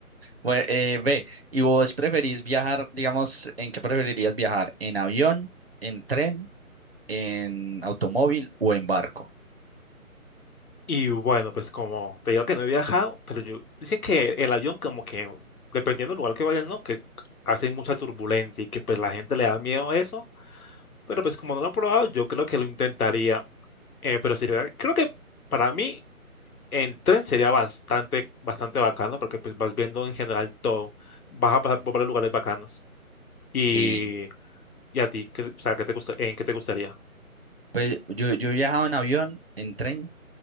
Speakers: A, on the right; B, on the left.
A: Bueno, eh, ve, ¿y vos preferís viajar, digamos, en qué preferirías viajar? ¿En avión, en tren, en automóvil o en barco?
B: Y bueno, pues como te digo que no he viajado, pero yo, dicen que el avión como que, dependiendo del lugar que vayas, ¿no? Que a veces hay mucha turbulencia y que pues la gente le da miedo a eso, pero pues como no lo he probado, yo creo que lo intentaría. Eh, pero sería, creo que para mí en tren sería bastante, bastante bacano porque pues vas viendo en general todo, vas a pasar por varios lugares bacanos. Y,
A: Sí,
B: y a ti, ¿qué- o sea, ¿qué te gusta, en qué te gustaría?
A: pues yo, yo he viajado en avión, en tren